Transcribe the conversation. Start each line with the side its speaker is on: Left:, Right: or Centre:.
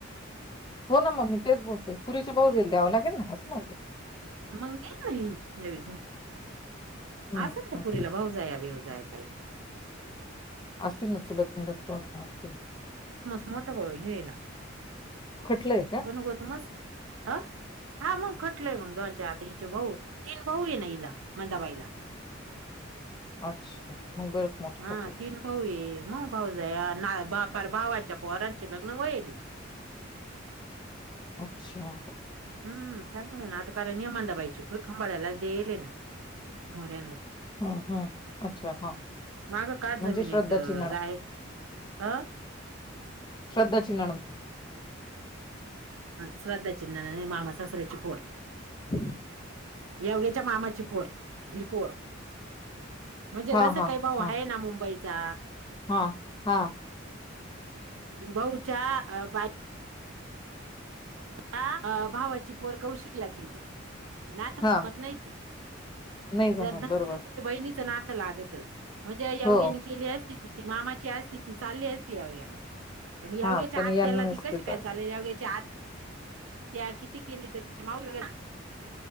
Left: हो ना मम्मी, तेच बोलते पुरीचे बाऊ जा येईल द्यावं लागेल ना हस मग,
Right: मंग ग ना नवी घेऊ.
Left: हम्म,
Right: असाल त्या
Left: हम्म.
Right: पुरीला भाऊ जाया भऊ जाया काही
Left: असतील ना चुलत ननंद कावाही न असतील.
Right: मोठ हे ना!
Left: खटलंय का
Right: गण गोतमच ह हा मग, खटलंय मग दोच्या आत हचे भाऊ तीन भाऊ ये ना इला मंदाबाईला.
Left: अच्छा मग बरंच मोठं
Right: हा
Left: खटलं
Right: तीन भाऊ ये मग, भाऊ जा ना भावाच्या पारांचे लग्न होईल.
Left: अच्छा!
Right: हम्म चांगलं ना! आता कारण नियमन नंदाबाई ची भू खांबाळला देईलय ना मोऱ्यांला.
Left: हम्म हम्म अच्छा हा
Right: माग काच
Left: म्हणजे
Right: जमीनीत
Left: श्रद्धाची
Right: जाय अ
Left: श्रद्धा ची नणंद
Right: श्रद्धा ची नणंद मामा सासर्याची पोर
Left: हम्म <inaudible>
Right: योग्याच्या मामाची पोर हि पोर म्हणजे
Left: हा
Right: जसं
Left: हा
Right: काही भाऊ आहे
Left: हा
Right: ना मुंबईचा
Left: हा हा
Right: बहूच्या बाई आ भावाची पोर कौशिकला केली. नात
Left: हा
Right: जमत नाही ती
Left: नाही जमत
Right: जर धरलं
Left: बरोबर
Right: तर बहिणीचं नात लागत. म्हणजे योग्यानी
Left: हो
Right: केली आहे. तिची ती मामांची असती ती चालली असती योग्याला, पण योग्याच्या
Left: हा पण
Right: आत्याला
Left: यांना नसते
Right: ती कशी
Left: चाललं
Right: काय चालेल योग्याच्या आत त्या किती केली तर ती मावशी होईल ना.